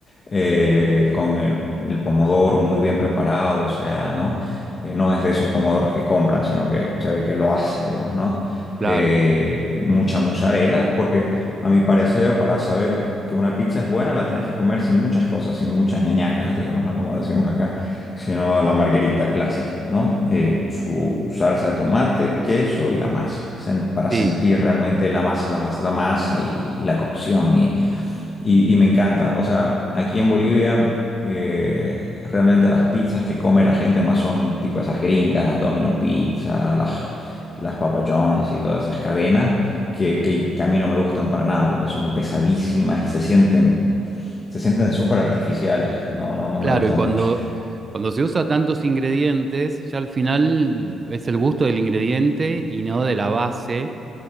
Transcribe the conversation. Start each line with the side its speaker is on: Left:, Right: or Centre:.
Left: eh, con el, el pomodoro muy bien preparado, o sea, ¿no? Eh, no es de esos pomodoros que compran, sino que se ve que lo hace, digamos, ¿no?
Right: Claro.
Left: Eh, mucha mozzarella, porque a mi parecer, para saber que una pizza es buena, la tenés que comer sin muchas cosas, sin muchas ñañacas, <laughs> digamos, ¿no? Como decimos acá sino la margarita clásica, ¿no? Eh, su salsa de tomate, queso y la masa, sen- para
Right: Sí.
Left: sentir realmente la, mas- la, mas- la masa y, y la cocción. Y, y- y me encanta, o sea, aquí en Bolivia, eh, realmente las pizzas que come la gente más son tipo esas gringas, las Domino Pizza, las, las Papa John's y todas esas cadenas. Que, que, que a mí no me gustan para nada porque son pesadísimas y se sienten se sienten súper artificiales, no, no, no
Right: Claro,
Left: me gustan
Right: y cuando,
Left: mucho.
Right: cuando se usa tantos ingredientes, ya al final es el gusto del ingrediente y no de la base.